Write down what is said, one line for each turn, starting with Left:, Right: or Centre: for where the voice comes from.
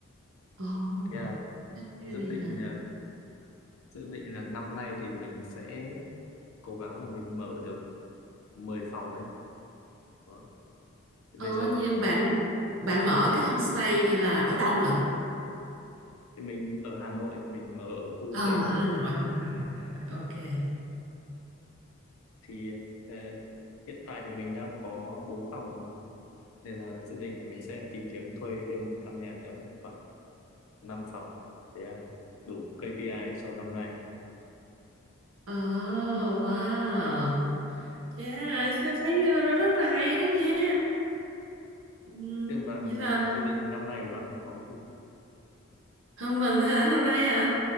Right: ồ
Left: thế là
Right: đất
Left: dự
Right: ơi
Left: định
Right: hả
Left: là dự định là năm nay thì mình sẽ cố gắng là mình mở được 10 phòng ấy đó thì
Right: ồ
Left: bây giờ
Right: như em
Left: ừ.
Right: bạn bạn mở cái homestay là ở đâu lận
Left: thì mình ở Hà Nội thì mình mở ở khu
Right: à,
Left: Tây Hồ
Right: Hà Nội
Left: Hà Nội
Right: Hà Nội Hà Nội.
Left: đó.
Right: ok
Left: thì ờ, hiện tại thì mình đang có 4 phòng rồi nên là dự định là mình sẽ tìm kiếm thuê thêm một căn nhà nữa khoảng 5 phòng để ờ, đủ KPI cho năm nay
Right: oh wow yeah thấy thấy rất là hay đó nha Ừm,
Left: thế còn bạn
Right: vậy
Left: thì
Right: là
Left: sao? dự định năm nay của bạn có gì
Right: Hôm mình hả năm nay hả